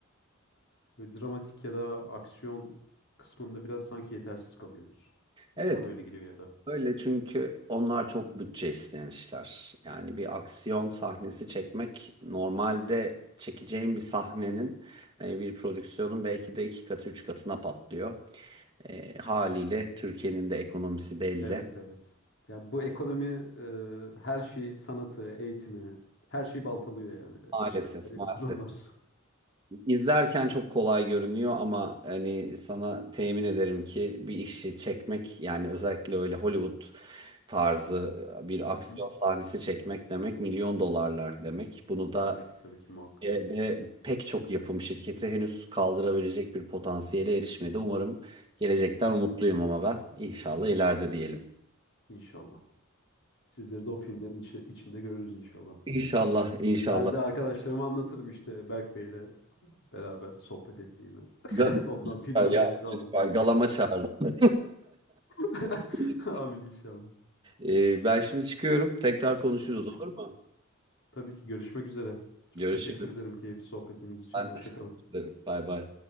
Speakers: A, on the left; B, on the right.
A: e, böyle dramatik ya da aksiyon kısmında biraz sanki yetersiz kalıyoruz. Bana
B: Evet
A: mı öyle geliyor ya da?
B: öyle çünkü onlar çok bütçe isteyen işler. Yani bir aksiyon sahnesi çekmek normalde çekeceğin bir sahnenin hani bir prodüksiyonun belki de iki katı üç katına patlıyor. E, haliyle Türkiye'nin de ekonomisi belli.
A: Evet evet. Ya bu ekonomi e, her şeyi sanatı, eğitimi, her şeyi baltalıyor yani.
B: Maalesef,
A: Böyle
B: maalesef.
A: bir durum var.
B: İzlerken çok kolay görünüyor ama hani sana temin ederim ki bir işi çekmek yani özellikle öyle Hollywood tarzı bir
A: <laughs> Hı
B: aksiyon
A: hı.
B: sahnesi çekmek demek milyon dolarlar demek. Bunu da
A: Tabii ki tabii ki muhakkak.
B: de pek çok yapım şirketi henüz kaldırabilecek bir potansiyele erişmedi. Umarım gelecekten umutluyum ama ben inşallah ileride diyelim.
A: İnşallah. Sizleri de o filmlerin içi- içinde görürüz inşallah.
B: İnşallah, inşallah.
A: Ben de arkadaşlarıma anlatırım işte Berk Bey'le beraber sohbet ettiğimi. <laughs>
B: Ga-
A: Ondan film önerisi
B: ya,
A: alırım.
B: lütfen galama çağırın.
A: <laughs>
B: <laughs>
A: Amin inşallah.
B: Ee, ben şimdi çıkıyorum. Tekrar konuşuruz
A: Peki.
B: olur mu?
A: Tabii ki görüşmek üzere. Çok
B: Görüşürüz.
A: teşekkür ederim keyifli sohbetiniz için.
B: Ben
A: Hoşça
B: teşekkür
A: kalın.
B: ederim. Bay bay.